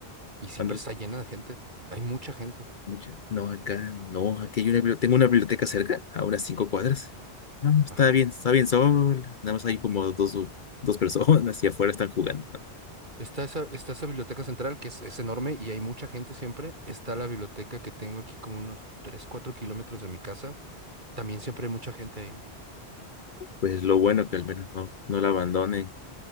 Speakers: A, on the right; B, on the left.
A: y siempre
B: Ándale.
A: está llena de gente. Hay mucha gente.
B: Mucha- No, acá, no, aquí hay una biblioteca. Tengo una biblioteca cerca, a unas cinco cuadras. No, no, está
A: Ajá.
B: bien, está bien sola. Nada más hay como dos, dos personas y afuera están jugando.
A: Sí. Está esa, está esa biblioteca central que es, es enorme y hay mucha gente siempre. Está la biblioteca que tengo aquí como unos 3 4 kilómetros de mi casa. También siempre hay mucha gente ahí.
B: Pues lo bueno que al menos no, no la abandonen.